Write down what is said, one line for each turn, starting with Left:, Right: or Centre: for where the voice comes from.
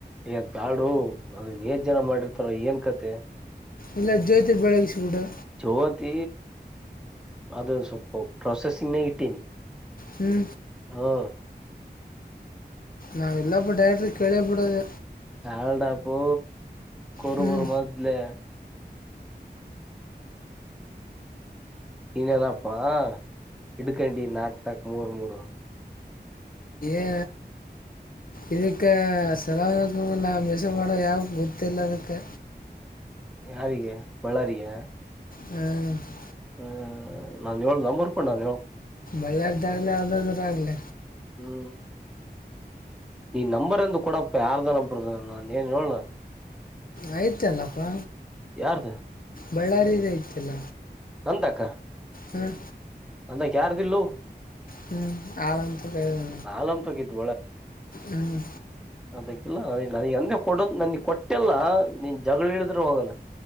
Centre: ಹೇ ಆದಬೇಡೋ ಅ ನೇಜ್ ಜನ ಮಾಡಿರ್ತಾರ ಏನ್ ಕತೆ
Left: ಇಲ್ಲ ಜ್ಯೋತಿ ಬೆಳಗಿಸ್ಬಿಡು
Centre: ಚವತ್ ಅದು ಸ್ವಲ್ಪ ಪ್ರೊಸೆಸಿಂಗ್ನಾಗ ಇಟ್ಟೀನಿ
Left: ಹ್ಞೂ
Centre: ಹಾ
Left: ನಾವೆಲ್ಲಾಪ್ಪ ಡೈರೆಕ್ಟಿ ರಿ ಕೇಳೆ ಬಿಡದ.
Centre: ಹಾಳಟಾಪ್ಪ ಕುರಬರು
Left: ಹ್ಞೂ
Centre: ಮೊದಲೇ ನೀನಪ್ಪಾ ಇಡುಕಂಡಿ ನಾಕು ನಕು ಮೂರು <inaudible>
Left: ಏ ಇದಕ್ಕೆ ಸಲ ನಾ ಮಸ ಮಾಡೋ ಯಾವ ಗೊತ್ತಿಲ್ಲ ಅದಕ್ಕೆ
Centre: ಯಾರಿಗೆ ಬಳ್ಳಾರಿಗೆ
Left: ಹ್ಞೂ
Centre: ಹ ನಾನ್ ಹೇಳ ನಂಬರ ಕೊಡು ನಾನು ಹೇಳ್ಕ
Left: ಒಳ್ಳೆಯ್ದಾಗ ಅರ ಆಗಲ್ಲ
Centre: ಹ್ಮ್ ನೀ ನಂಬರ್ ಎಂದು ಕೊೂಡಪ್ಪ ಯಾರ್ದ ಒಬ್ಬರದ ನಾ ಏನ್ ಹೇಳೋಣ.
Left: ಆಯ್ತ ಅಲ್ಲಪ್ಪಾ.
Centre: ಯಾರನ
Left: ಬಳ್ಳಾರೀಲಿ ಐತಲ್ಲ.
Centre: ನನ್ ತಕ.
Left: ಹ್ಮ್.
Centre: ನಂತೈಕ ಯಾರದ ಇಲ್ಲೊ.
Left: ಹ್ಮ್ ಆಳಂತ ಹೇಳಿ
Centre: ಆಲಮ್ ತಗಿತ್
Left: ಹ್ಮ್.
Centre: ನಂತ್ಯಕ ಇಲ್ಲ ನನಗೆ ಎಂದೇ ಕೊಡುನ ನನ್ಗ ಕೊಟ್ಟ. ಇಟ್ಟಲ್ಲ ನೀನ್ ಜಗಳ ಕೇಳಿದ್ರು ಹೋಗಲ.